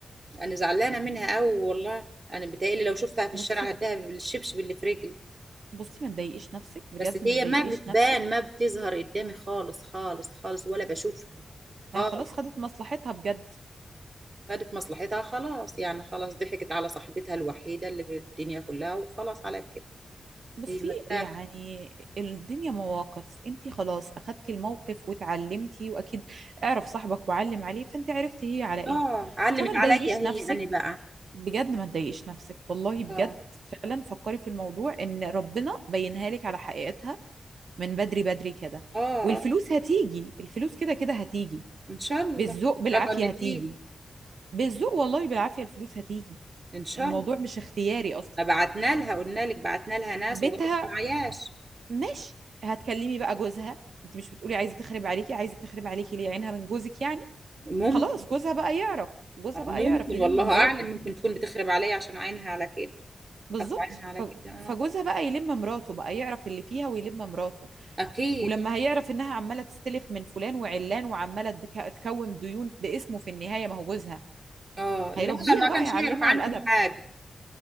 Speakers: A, on the right; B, on the right.
A: أنا زعلانة منها أوي والله أنا بتهيألي لو شفتها في الشارع
B: بصي
A: هديها بالشبشب اللي في رجلي
B: بصي ما تضايقيش نفسك بجد
A: بس
B: ما
A: هي
B: تضايقيش
A: ما بتبان
B: نفسك
A: ما بتظهر قدامي خالص خالص خالص ولا بشوفها خالص
B: ما هي خلاص خدت مصلحتها بجد
A: خدت مصلحتها خلاص يعني خلاص ضحكت على صاحبتها الوحيدة اللي في الدنيا كلها وخلاص على كده
B: بصي
A: هي مرتاحة
B: يعني الدنيا مواقف انت خلاص اخدتي الموقف واتعلمتي واكيد اعرف صاحبك وعلم عليه فانت عرفتي هي على ايه
A: اه علمت
B: فما تضايقيش
A: عليا هي
B: نفسك
A: انا بقى
B: بجد ما تضايقيش نفسك والله بجد
A: اه
B: فعلا فكري في الموضوع ان ربنا بينها لك على حقيقتها من بدري بدري كده
A: اه
B: والفلوس
A: اه
B: هتيجي الفلوس كده كده هتيجي
A: ان شاء الله
B: بالذوق
A: ان
B: بالعافية
A: شاء الله ان
B: هتيجي
A: في
B: بالذوق والله بالعافية الفلوس هتيجي
A: ان شاء
B: الموضوع
A: الله
B: مش اختياري اصلا
A: ما بعتنا لها قلنا لك بعتنا لها ناس
B: بيتها
A: وقالت ما معياش
B: ماشي هتكلمي بقى جوزها انت مش بتقولي عايزة تخرب عليكي عايزة تخرب عليكي ليه عينها من جوزك يعني
A: ممكن
B: خلاص جوزها بقى يعرف جوزها بقى
A: ممكن
B: يعرف يلم
A: والله
B: مراته
A: اعلم ممكن تكون بتخرب عليا عشان عينها على كده
B: بالظبط
A: حط عينها على
B: ف-
A: كده اه
B: فجوزها بقى يلم مراته بقى يعرف اللي فيها ويلم مراته
A: اكيد
B: ولما هيعرف انها عماله تستلف من فلان وعلان وعماله تك- تكون ديون باسمه في النهايه ما هو جوزها
A: اه
B: هيربيها
A: لا ما
B: بقى
A: كانش
B: يعلمها
A: يعرف عنهم
B: الادب
A: حاجه